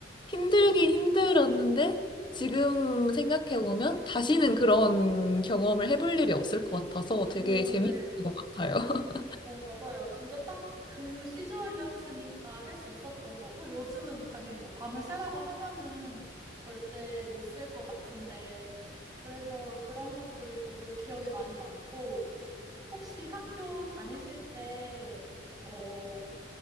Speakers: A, on the left; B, on the right.
A: 힘들긴 힘들었는데 지금 생각해보면 다시는 그런 경험을 해볼 일이 없을 것 같아서 되게
B: 음,
A: 재밌었던
B: 네.
A: 것 같아요. <laughs>
B: 어, 맞아요. 진짜 딱 그 시절이었으니까 할 수 있었던 거고 요즘은 당연히 뭐 밤을 새라고 하면은 절대 못 셀 것 같은데 그래서 그런 것들이 저도 기억에 많이 남고 혹시 학교 다니실 때 어,